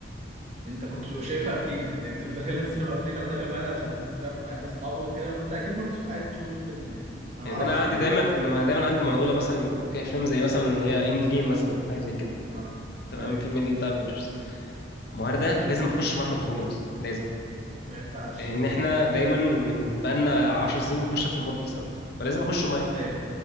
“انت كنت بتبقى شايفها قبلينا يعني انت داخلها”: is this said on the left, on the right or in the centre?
Right